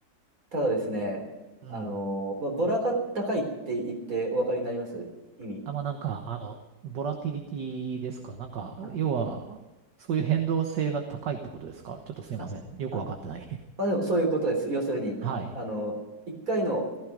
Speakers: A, on the right (about 45°); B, on the right (about 65°).
A: ただですね、
B: うん。
A: あの、まあ、ボラが高いって言ってお分かりになります意味。
B: あ、まあ、なんか、あの、ボラティリティですかなんか、
A: あ、
B: 要は、そういう変動性が高いってことですかちょっとすいません。
A: あ、
B: よくわかってない。
A: あ、まあでもそういうことです。要するに、
B: <laughs> はい。
A: あの、1回の